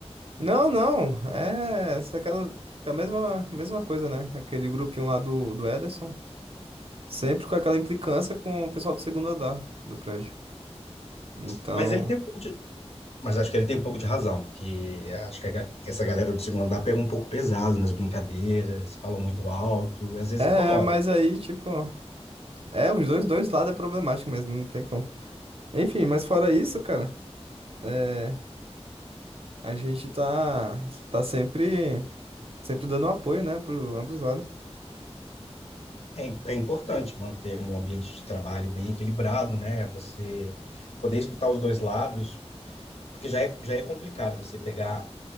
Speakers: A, on the right; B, on the left.
A: Não, não. É. essa é aquela. A mesma, mesma coisa, né? Aquele grupinho lá do, do Ederson. Sempre com aquela implicância com o pessoal do segundo andar do prédio. Então.
B: Mas ele tem um pouco de... Mas acho que ele tem um pouco de razão, porque acho que, a ga- que essa galera do segundo andar pega um pouco pesado nas brincadeiras, falam muito alto, e às vezes
A: É,
B: incomoda.
A: mas aí, tipo. É, os dois, dois lados é problemático mesmo, não tem como. Enfim, mas fora isso, cara. é, a gente tá, tá sempre, sempre dando apoio, né, para ambos os lados.
B: É, im- é importante manter um ambiente de trabalho bem equilibrado, né? Você poder escutar os dois lados, porque já é, já é complicado você pegar